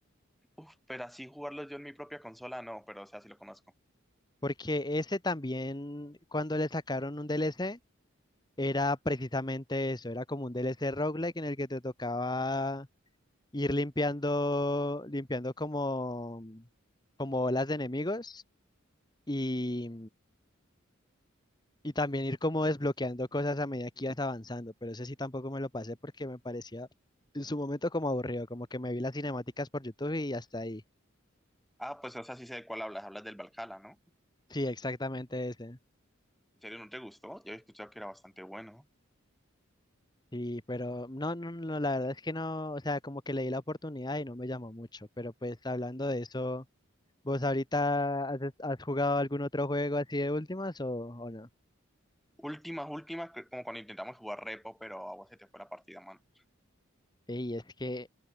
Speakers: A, in the centre; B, on the left.
A: Uf, pero así jugarlo yo en mi propia consola, no, pero o sea, sí lo conozco.
B: Porque ese también, cuando le sacaron un DLC, era precisamente eso, era como un DLC roguelike en el que te tocaba ir limpiando, limpiando como, como olas de enemigos y, Y también ir como desbloqueando cosas a medida que ibas avanzando, pero ese sí tampoco me lo pasé porque me parecía en su momento como aburrido, como que me vi las cinemáticas por YouTube y hasta ahí.
A: Ah, pues o sea, sí sé de cuál hablas, hablas del Valhalla, ¿no?
B: Sí, exactamente ese.
A: ¿En serio no te gustó? Yo he escuchado que era bastante bueno.
B: Sí, pero no, no, no, la verdad es que no, o sea, como que le di la oportunidad y no me llamó mucho, pero pues hablando de eso, ¿vos ahorita has, has jugado algún otro juego así de últimas o, o no?
A: Últimas, últimas, que como cuando intentamos jugar repo, pero a vos se te fue la partida, mano.
B: Y es que